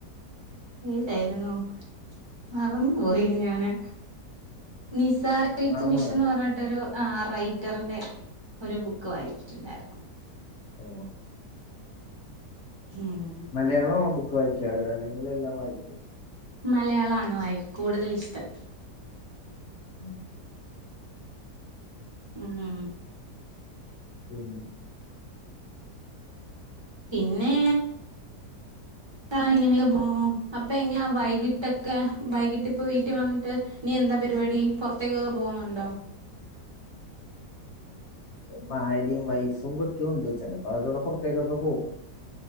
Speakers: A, on the right (about 20°); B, on the left (about 55°).
A: ഏതായിരുന്നു മറന്നു പോയി ഞാന്. നിസാർൽത്തുമിഷൻ
B: മറന്നുപോയോ
A: എന്ന് പറഞ്ഞിട്ടൊരു ആ റൈറ്ററിന്റെ ഒരു ബുക്ക് വായിച്ചിട്ടിണ്ടായിരുന്നു.
B: ഓ
A: ഉം.
B: മലയാളമാണോ ബുക്ക് വായിക്കാറ് അല്ലെങ്കിൽ എല്ലാം വായികോ.?
A: മലയാള ആണോ ആയി കൂടുതൽ ഇഷ്ട്ടം.
B: <unintelligible>
A: മ് ഹ്
B: ഉം
A: പിന്നെ <unintelligible> ഇങ്ങനെയക്കെ പോ അപ്പൊ ഇങ്ങാ വൈകിട്ടൊക്കെ വൈകിട്ട് ഇപ്പ വീട്ടിൽ വന്നിട്ട് നീ എന്താ പരിപാടി പുറത്തേക്കൊക്കെ പോവുണ്ടോ.?
B: ഭാര്യയും വൈഫും കുട്ടിയുണ്ട് ചെലപ്പോ അവരോടെ പോറത്തേക്കൊക്കെ പോവും.